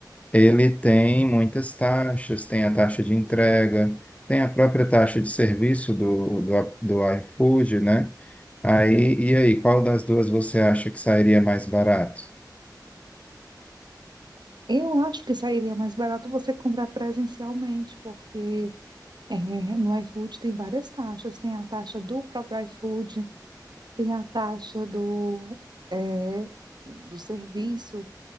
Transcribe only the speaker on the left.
ele tem muitas taxas, tem a taxa de entrega, tem a própria taxa de serviço do, do, do iFood, né? Aí, e aí, qual das duas você acha que sairia mais barato?